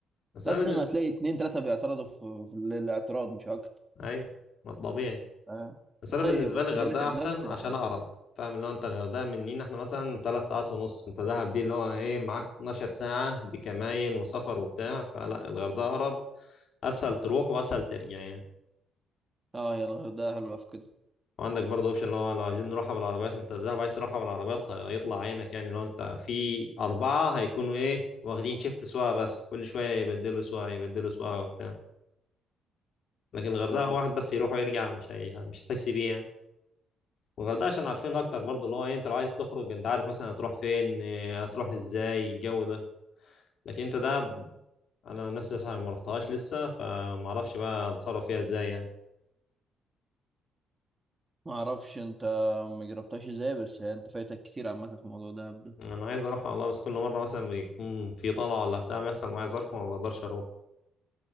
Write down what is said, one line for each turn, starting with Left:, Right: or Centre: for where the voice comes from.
Left: بس
Right: لازم
Left: انا بالنسبه
Right: هتلاقي اتنين تلاته بيعترضوا في, في الاعتراض مش اكتر
Left: ايوه ما طبيعي
Right: فاهم؟
Left: بس انا بالنسبه
Right: طيب ابو
Left: لي الغردقه
Right: نتعب
Left: احسن
Right: نفسنا
Left: عشان
Right: احنا
Left: اقرب فاهم اللي هو انت الغردقه مننا احنا مثلا ثلاث ساعات ونص انت دهب دي اللي هو ايه معاك 12 ساعه بكماين وسفر وبتاع فلا الغردقه اقرب اسهل تروح واسهل ترجع يعني
Right: اه يا الغردقه حلوه في كده
Left: وعندك برضه اوبشن اللي هو لو عايزين نروحها بالعربيات انت دهب عايز تروحها بالعربيات هي- هيطلع عينك يعني لو انت في اربعه هيكونوا ايه واخدين شيفت سواقه بس كل شويه يبدلوا سواقه يبدلوا سواقه وبتاع. لكن الغردقه
Right: طيب
Left: هو واحد بس يروح ويرجع مش هي... مش هتحس بيه يعني والغردقه عشان عارفين اكتر برضه اللي هو ايه انت لو عايز تخرج انت عارف مثلا هتروح فين إيه، هتروح ازاي الجو ده لكن انت ده ب- انا نفسي عشان ما رحتهاش لسه فما اعرفش بقى اتصرف فيها ازاي يعني
Right: ما اعرفش انت ما جربتهاش ازاي بس انت فايتك كتير عامه في موضوع دهب ده
Left: انا عايز اروح والله بس كل مره مثلا بيكون في طلعه ولا بتاع بيحصل معايا ظرف وما بقدرش اروح